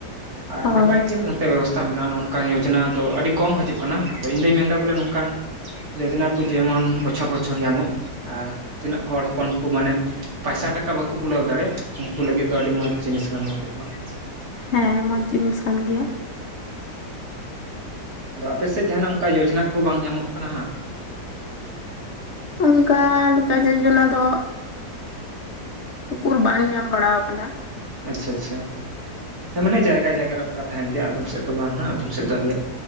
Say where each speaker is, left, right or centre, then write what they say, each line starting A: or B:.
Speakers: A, on the right; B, on the left.
A: ᱟᱨ
B: ᱦᱳᱭ
A: ᱱᱟᱯᱟᱭ ᱜᱮ ᱱᱚᱛᱮ ᱵᱮᱵᱚᱥ ᱛᱟ ᱢᱮᱱᱟᱜᱼᱟ ᱱᱚᱜᱼᱚ ᱱᱚᱠᱟᱱ ᱡᱳᱡᱱᱟ ᱫᱚ ᱟᱹᱰᱤ ᱠᱚᱢ ᱦᱟᱹᱡᱩᱜ ᱠᱟᱱᱟ ᱟᱫᱚ ᱤᱧ ᱫᱚᱧ ᱢᱮᱱᱫᱟ ᱵᱚᱞᱮ ᱱᱚᱝᱠᱟᱱ ᱡᱳᱡᱚᱱᱟ ᱠᱩ ᱡᱮᱢᱚᱱ ᱵᱚᱪᱷᱚᱨ ᱵᱚᱪᱷᱚᱨ ᱧᱟᱢᱚᱜ ᱟᱨ ᱛᱤᱱᱟᱹᱜ ᱦᱚᱲ ᱦᱚᱯᱚᱱ ᱠᱩ ᱢᱟᱱᱮ ᱯᱟᱭᱥᱟ ᱴᱟᱠ ᱵᱟᱹᱠᱩ ᱠᱩᱞᱟᱹᱣ ᱫᱟᱲᱮᱭᱟᱜ ᱩᱱᱠᱩ ᱞᱟᱹᱜᱤᱫ ᱫᱚ ᱟᱹᱰᱤ ᱢᱚᱡᱽ ᱡᱤᱱᱤᱥ ᱠᱟᱱᱟ ᱱᱚᱣᱟ ᱠᱚᱫᱚ ᱦᱟᱸᱜ
B: ᱦᱮᱸ ᱢᱚᱡᱽ ᱡᱤᱱᱤᱥ ᱠᱟᱱ ᱜᱮᱭᱟ
A: ᱫᱚ ᱟᱯᱮ ᱥᱮᱜ ᱡᱟᱦᱟᱱᱟᱜ ᱚᱝᱠᱟ ᱭᱳᱡᱚᱱᱟ ᱠᱚ ᱵᱟᱝ ᱧᱟᱢᱚᱜ ᱠᱟᱱᱟ ᱦᱟᱸᱜ
B: ᱚᱝᱠᱟ ᱞᱮᱠᱟ ᱡᱳᱡᱚᱱᱟ ᱫᱚᱜ ᱩᱠᱩᱨ ᱵᱟᱝ ᱧᱟᱢ ᱵᱟᱲᱟᱣ ᱠᱟᱱᱟ
A: ᱟᱪᱷᱟ ᱟᱪᱷᱟ ᱦᱮᱸ ᱢᱟᱱᱮ ᱡᱟᱭᱜᱟ ᱡᱟᱭᱜᱟ ᱨᱮ ᱚᱝᱠᱟ ᱛᱟᱦᱮᱱ ᱜᱮᱭᱟ ᱟᱫᱚᱢ ᱥᱮᱫ ᱫᱚ ᱵᱟᱝ ᱦᱟᱸᱜ ᱟᱫᱚᱢ ᱥᱮᱫ ᱫᱚ ᱤᱭᱟᱹ